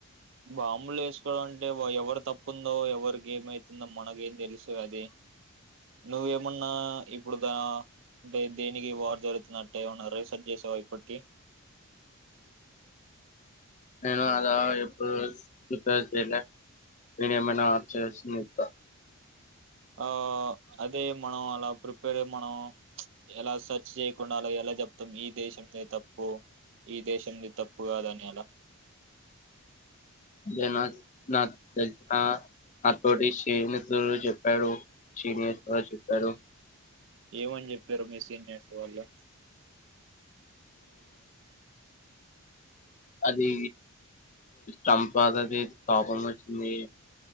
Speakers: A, on the right (about 55°); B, on the left (about 35°).
A: బాంబులు వేసుకోవడం అంటే ఎవరి తప్పుందో ఎవరికి ఏమైతుందో మనకేం తెలుసు అది నువ్వేమన్నా ఇప్పుడు దా అంటే దేనికి వారు జరుగుతున్నట్టే ఏమన్నా రీసెర్చ్ చేసావా ఇప్పటికి
B: నేను అలా ఎప్పుడు ప్రిపేర్ చేయలే నేను ఏమైనా ఆప్చస్త
A: ఆ అదే మనం అలా ప్రిపేర్ మనం ఎలా సర్చ్ చేయకుండా అలా ఎలా చెప్తాం ఈ దేశంది తప్పు ఈ దేశంది తప్పు కాదని అలా
B: ఇనా తెన నాతోటి సీనియర్స్ చెప్పారు సీనియర్స్ చెప్పారు
A: ఏమని చెప్పారు మీ సీనియర్స్ వాళ్ళు
B: అది టంప్ పాతది కాపం వచ్చింది